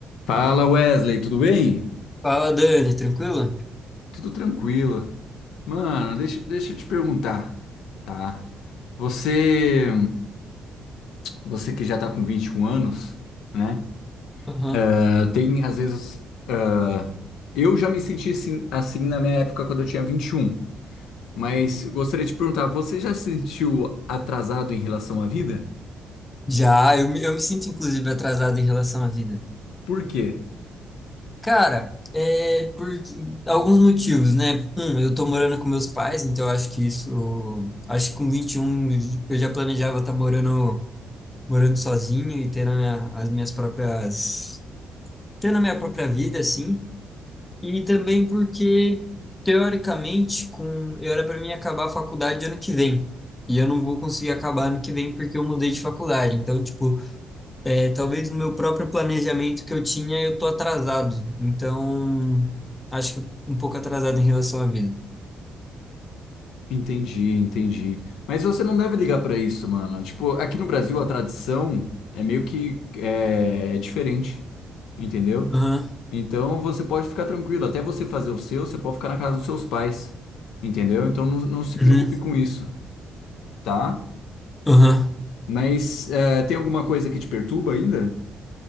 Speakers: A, on the left; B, on the left.
A: Fala Wesley, tudo bem?
B: Fala, Dani, tranquilo?
A: Tudo tranquilo. Mano, deixa, deixa eu te perguntar, tá? Você, você que já tá com 21 anos, né?
B: Aham.
A: Ah, Tem, às vezes, ah, eu já me senti assim, assim na minha época quando eu tinha 21. mas gostaria de perguntar, você já se sentiu atrasado em relação à vida?
B: Já, eu, me- eu me sinto inclusive atrasado em relação à vida.
A: Por quê?
B: Cara, é por alguns motivos, né? Um, eu tô morando com meus pais, então eu acho que isso. Acho que com 21, eu já planejava estar morando, morando sozinho e tendo a minha- as minhas próprias. tendo a minha própria vida, assim. E também porque, teoricamente, com, eu era para mim acabar a faculdade ano que vem. E eu não vou conseguir acabar ano que vem porque eu mudei de faculdade. Então, tipo. É, talvez no meu próprio planejamento que eu tinha, eu tô atrasado. Então, acho que um pouco atrasado em relação à vida.
A: Entendi, entendi. Mas você não deve ligar pra isso, mano. Tipo, aqui no Brasil a tradição é meio que é, é diferente, entendeu?
B: Aham,
A: Então você pode ficar tranquilo. Até você fazer o seu, você pode ficar na casa dos seus pais, entendeu? Então não, não se preocupe
B: uhum,
A: com isso, tá?
B: aham.
A: Mas é, tem alguma coisa que te perturba ainda?